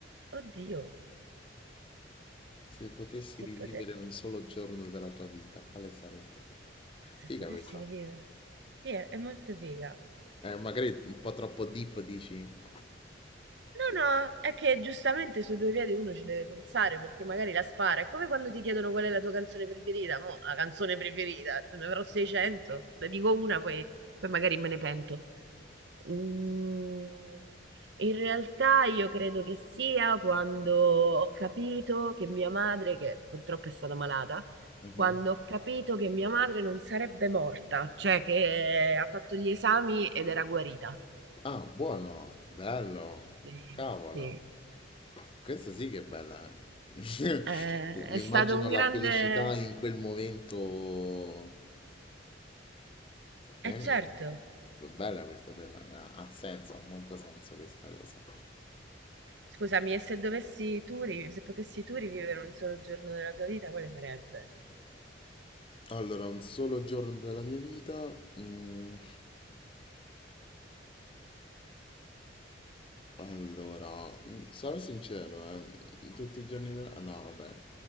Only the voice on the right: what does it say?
oddio,
se
pote-
se
potessi
rivivere. Sì, è, è molto figa.
No, no, è che giustamente su due piedi uno ci deve pensare perché magari la spara. È come quando ti chiedono qual è la tua canzone preferita. Mo, la canzone preferita, te ne avrò 600, ne dico una, poi, poi magari me ne pento. Mm, in realtà io credo che sia quando ho capito che mia madre, che purtroppo è stata malata,
quando ho capito che mia madre non sarebbe morta, cioè che ha fatto gli esami ed era guarita.
Eh,
Sì.
Eh,
è stato
un grande...
Eh certo,
scusami, e se dovessi tu, ri- se potessi tu rivivere un solo giorno della tua vita, quale sarebbe?